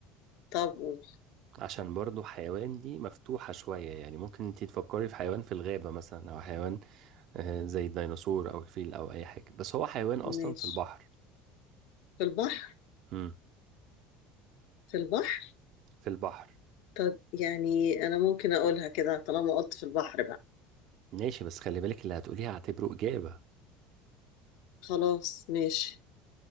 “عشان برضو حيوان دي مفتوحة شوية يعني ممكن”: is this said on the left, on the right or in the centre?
Right